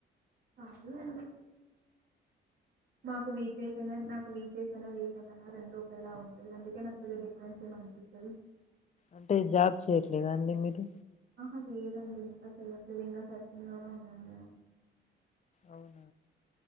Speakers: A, on the right (about 55°); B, on the left (about 35°).
A: కాలి అండి మాకు వీక్ డేస్ అయిన నాకు వీక్డేస్ అయినా వీకెండ్ అయినా రెండు ఒకేలా ఉంటది అందుకే నకు పెద్ద డిఫరెన్స్ ఏమ అనిపిచ్చదు
B: అంటే జాబ్ చేయట్లేదా అండి మీరు
A: ఆహా లేదండి ఇంకా చెయట్లేదు ఇంకా సెర్చింగ్ లొ నే ఉన్నాను నేను
B: అవున